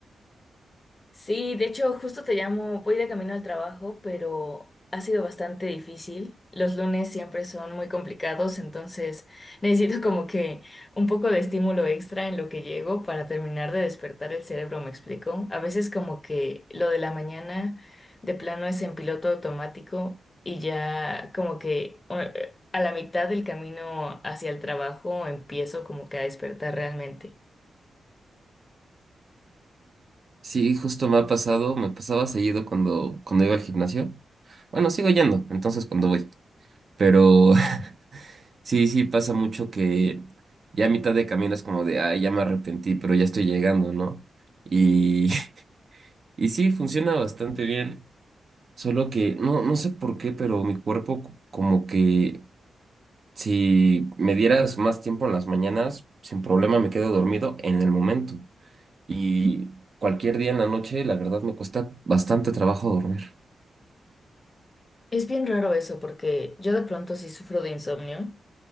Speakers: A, on the left (about 25°); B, on the right (about 45°).
A: Sí, de hecho, justo te llamo, voy de camino al trabajo, pero ha sido bastante difícil. Los lunes siempre son muy complicados, entonces <laughs> necesito como que un poco de estímulo extra en lo que llego para terminar de despertar el cerebro, ¿me explico? A veces como que lo de la mañana de plano es en piloto automático y ya como que eh, a la mitad del camino hacia el trabajo empiezo como que a despertar realmente.
B: Sí, justo me ha pasado, me pasaba seguido cuando, cuando iba al gimnasio. Bueno, sigo yendo, entonces cuando voy. Pero <laughs> sí, sí pasa mucho que ya a mitad de camino es como de, ay, ya me arrepentí, pero ya estoy llegando, ¿no? Y Y sí, funciona bastante bien, solo que no, no sé por qué, pero mi cuerpo c- como que si me dieras más tiempo en las mañanas, sin problema me quedo dormido en el momento. Y cualquier día en la noche, la verdad me cuesta bastante trabajo dormir.
A: Es bien raro eso, porque yo de pronto sí sufro de insomnio